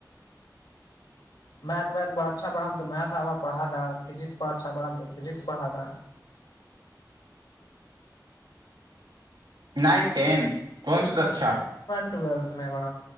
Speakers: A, on the left; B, on the right.
A: मैथ वैथ अच्छा बढ़ त मैथ पढ़ा द फिजिक्स अच्छा बढ़ त फिजिक्स पढ़ा द
B: नाईन टेन ट्वञचत छा
A: ट्वेल्थमे बा